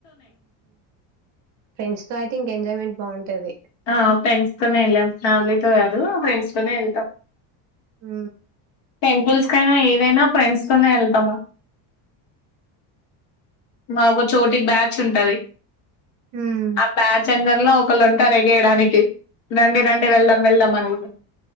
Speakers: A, on the right; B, on the left.
A: ఫ్రెండ్స్ తో ఐథింక ఎంజాయ్మెంట్ బాగుంటది
B: ఆ ఫ్రెండ్స్ తోనే వెళ్ళాం ఫ్యామిలీతో కాదు ఆ ఫ్రెండ్స్ తోనే వెల్తాం
A: ఊ
B: టెంపుల్స్ కై నా ఏదైనా ఫ్రెడ్స్ తోనే వెళ్తము మాకో చోట్ ఈ బ్యాచ్ ఉంటది
A: హ్మ్
B: ఆ బ్యాచ్ చెందర్ లో ఒకళంటరే ఏయడానికి రండి రండి వెళ్దాం వెళ్దాం అని